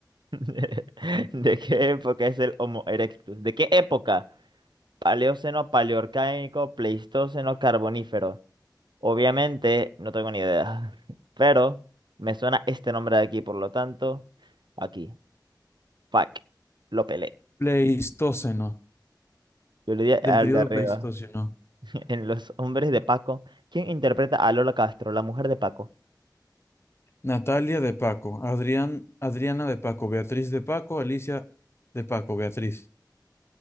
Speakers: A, on the right; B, on the left.
A: <laughs> ¿De qué época es el Homo erectus? ¿De qué época? Paleoceno, paleorcaico, pleistoceno, carbonífero. Obviamente, no tengo ni idea. <laughs> Pero me suena este nombre de aquí, por lo tanto, aquí. Fuck. Lo pelé.
B: Pleistoceno.
A: Yo le di al
B: Del periodo
A: de arriba.
B: Pleistoceno.
A: En Los Hombres de Paco, ¿quién interpreta a Lola Castro, la mujer de Paco?
B: Natalia de Paco, Adrián, Adriana de Paco, Beatriz de Paco, Alicia de Paco, Beatriz.